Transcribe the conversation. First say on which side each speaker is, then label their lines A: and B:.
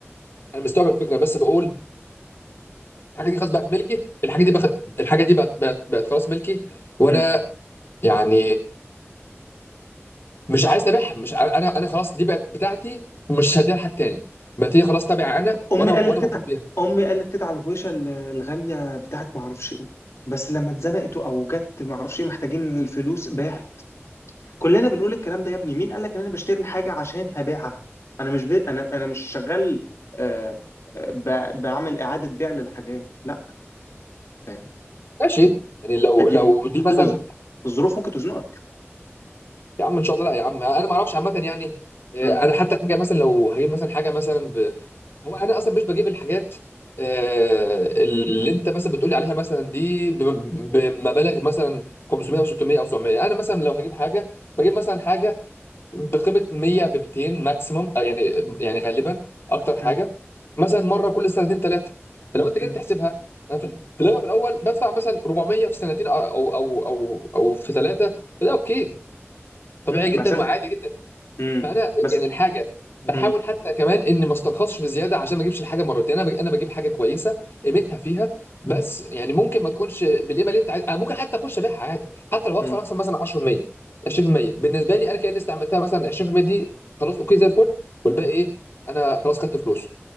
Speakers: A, on the left; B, on the left.
A: انا مستوعب الفكره بس بقول الحاجه دي خلاص بقت ملكي الحاجه دي بخ... الحاجه دي بقت بقت بقت خلاص ملكي وانا
B: مم.
A: يعني مش عايز ابيعها مش ع- انا انا خلاص دي بقت بتاعتي ومش هديها لحد تاني بقت هي خلاص تابعه انا
B: امي
A: وانا
B: قالت
A: وانا
B: كده
A: مبسوط بيها
B: امي قالت كده على الغويشه ال- الغاليه بتاعت ما اعرفش ايه بس لما اتزنقت او جت ما اعرفش ايه محتاجين الفلوس باعت كلنا بنقول الكلام ده يا ابني مين قال لك ان انا بشتري الحاجه عشان هبيعها انا مش بي... انا انا مش شغال آه... آه، ب... بعمل اعاده بيع للحاجات لا فاهم
A: ماشي يعني لو
B: لكن
A: لو دي مثلا
B: ال- الظروف ممكن تزنقك
A: يا عم ان شاء الله لا يا عم انا ما اعرفش عامه يعني آه،
B: مم.
A: انا حتى حاجه مثلا لو هجيب مثلا حاجه مثلا هو انا اصلا مش بجيب الحاجات آه، اللي انت مثلا بتقولي عليها مثلا دي ب- بمبالغ مثلا 500 او 600 او 700 انا مثلا لو هجيب حاجه بجيب مثلا حاجه بقيمه 100 ب 200 ماكسيمم آه، يعني يعني غالبا اكتر حاجه
B: مم.
A: مثلا مره كل سنتين ثلاثه فلو انت
B: مم.
A: جيت تحسبها انا في في الاغلب الاول بدفع مثلا 400 في سنتين او او او او, أو في ثلاثه فده اوكي طبيعي
B: مم.
A: جدا
B: بس انت
A: وعادي جدا
B: مم.
A: فانا
B: بس
A: يعني الحاجه بحاول
B: مم.
A: حتى كمان اني ما استرخصش بزياده عشان ما اجيبش الحاجه مرتين انا بج- انا بجيب حاجه كويسه قيمتها فيها بس يعني ممكن ما تكونش بالقيمه اللي انت عايز أنا ممكن حتى اخش ابيعها عادي حتى لو
B: مم.
A: اخسر اخسر مثلا 10% 20% بالنسبه لي انا كاني استعملتها مثلا 20% دي خلاص اوكي زي الفل والباقي ايه انا خلاص خدت فلوسه